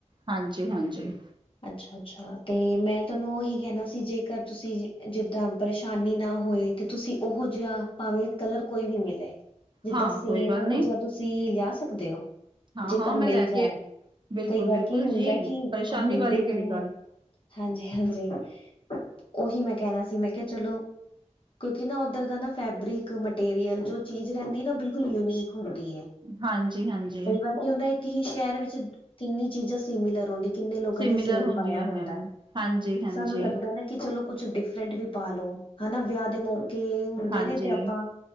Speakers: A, on the right; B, on the left.
A: ਹਾਂਜੀ-ਹਾਂਜੀ।
B: ਅੱਛਾ-ਅੱਛਾ, ਤੇ ਮੈਂ ਤੁਹਾਨੂੰ ਉਹੀ, ਕਹਿਣਾ ਸੀ, ਜੇਕਰ ਤੁਸੀਂ ਜਿੱਦਾਂ ਪਰੇਸ਼ਾਨੀ ਨਾ ਹੋਏ, ਤੇ ਤੁਸੀਂ ਉਹੋ ਜਿਹਾ, ਭਾਵੇਂ ਕਲਰ ਕੋਈ ਵੀ ਮਿਲੇ। ਜਿੱਦਾਂ
A: ਹਾਂ
B: ਸੇਮ,
A: ਕੋਈ ਗੱਲ
B: ਉਹ
A: ਨਹੀਂ
B: ਜਿਹਾ ਤੁਸੀਂ, ਲਿਆ ਸਕਦੇ ਹੋ।
A: ਹਾਂ-ਹਾਂ
B: ਜੇਕਰ
A: ਮੈਂ ਲੈ
B: ਮਿਲ ਜਾਏ।
A: ਕੇ ਬਿਲਕੁਲ-ਬਿਲਕੁਲ
B: ਕਈ ਵਾਰ ਕੀ ਹੁੰਦਾ
A: ਜੀ
B: ਕਿ,
A: ਪਰੇਸ਼ਾਨੀ
B: ਹੁੰਦੇ
A: ਵਾਲੀ ਕਿਹੜੀ
B: ਤੇ
A: ਗੱਲ
B: ਹਾਂਜੀ- ਹਾਂਜੀ, ਉਹੀ ਮੈਂ ਕਹਿਣਾ ਸੀ। ਮੈਂ ਕਿਹਾ ਚਲੋ। ਕਿਉਂਕਿ ਨਾ, ਉੱਧਰ ਦਾ ਨਾ ਫੈਬਰਿਕ, ਮਟੀਰੀਅਲ ਜੋ ਚੀਜ਼, ਰਹਿੰਦੀ ਹੈ ਨਾ ਉਹ, ਬਿਲਕੁਲ ਯੂਨੀਕ ਹੁੰਦੀ ਹੈ।
A: ਹਾਂਜੀ- ਹਾਂਜੀ।
B: ਕਈ ਵਾਰ ਕੀ ਹੁੰਦਾ, ਇੱਕ ਹੀ ਸ਼ਹਿਰ ਵਿੱਚ, ਕਿੰਨੀ ਚੀਜ਼ਾਂ ਸਿਮੀਲਰ ਹੁੰਦੀ। ਕਿੰਨੇ ਲੋਕਾਂ
A: ਸਿਮੀਲਰ
B: ਨੇ, ਸੇਮ
A: ਹੁੰਦੀਆਂ
B: ਪਾਇਆ ਹੁੰਦਾ।
A: ਨੇ ਹਾਂਜੀ-ਹਾਂਜੀ,
B: ਸਾਨੂੰ ਲੱਗਦਾ ਨਾ ਕਿ ਚਲੋ। ਕੁਛ ਡਿਫਰੈਂਟ ਵੀ ਪਾ ਲੋ। ਹਨਾ, ਵਿਆਹ ਦੇ ਮੌਕੇ ਹੁੰਦੇ
A: ਹਾਂਜੀ
B: ਨੇ ਤੇ, ਆਪਾਂ